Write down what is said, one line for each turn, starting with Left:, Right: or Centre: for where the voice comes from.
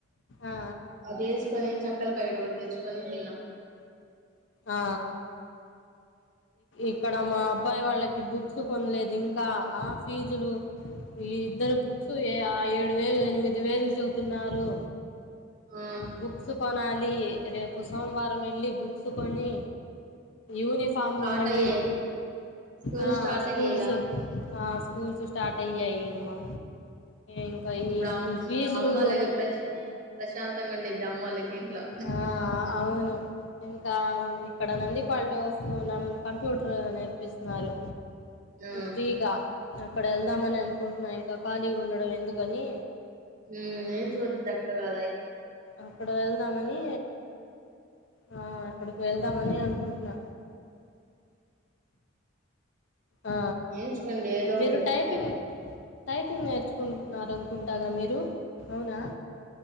Left: ఆ
Right: అదేసుకోని చేక్కలు బయట ఒకటి తెచ్చుకొని తిన్నా
Left: ఆ ఇక్కడ మా అబ్బాయి వాళ్ళకి బుక్స్ కొనలేదు ఇంకా ఆ ఫీజులు ఈ ఇద్దరి బుక్స్ ఏ ఆ ఏడు వేలు ఎనిమిది వేలు చెబుతున్నారు
Right: ఆ
Left: బుక్స్ కొనాలి రేపు సోమవారం వెళ్ళి బుక్సు కొని యూనిఫామ్లు
Right: స్టార్ట్
Left: మళ్ళీ
Right: అయ్యాయి స్కూల్
Left: ఆ
Right: స్టార్ట్
Left: స్కూల్స్
Right: అయ్యాయి ఇగ
Left: ఆ స్కూల్స్ స్టార్ట్ అయ్యాయి అమ్మ ఇంకా
Right: ఇప్పుడు
Left: ఈ
Right: అమ్
Left: ఫీజులు
Right: అమ్మోళ్ళకి ప్రశ్ ప్రశాంతంగా ఉండిద్ది అమ్మోళ్ళకి ఇంట్లో
Left: ఆ అవును ఇంకా ఇక్కడ నందిపాడులో ఫ్ కంప్యూటర్ నేర్పిస్తున్నారు
Right: ఆ
Left: ఫ్రీగా అక్కడ వెళ్దామని అనుకుంటున్నా ఇంకా ఖాళీగా ఉండడం ఎందుకని
Right: ఏ ఫీజ్ తక్కువ కాలే అయితే
Left: అక్కడ వెళ్దామని ఆ అక్కడికి వెళ్దామని అనుకుంటున్నా ఆ
Right: నేర్చుకోండి ఏదో
Left: మీరు
Right: ఒకటి వచ్చిది
Left: టైపింగ్
Right: అప్పుడు
Left: టైపింగ్ నేర్చుకుంటున్నారనుకుంటాగా మీరు అవునా